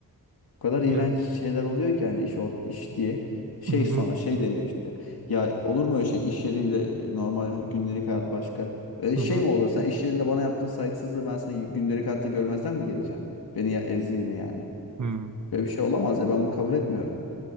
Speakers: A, on the left; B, on the right.
A: O kadar
B: Ya.
A: iğrenç şeyler oluyor ki hani iş ort iş diye. Şey
B: Hı hı.
A: sonra şey deniyor işte. Ya olur mu öyle şey iş yeriyle normal gündelik hayat başka. Öyle
B: Hı
A: şey
B: hı.
A: mi olur sen iş yerinde bana yaptığın saygısızlığı ben sana gündelik hayatta görmezden mi geleceğim? Beni ya ezdiğini yani.
B: Hı.
A: Böyle bir şey olamaz ya ben bunu kabul etmiyorum.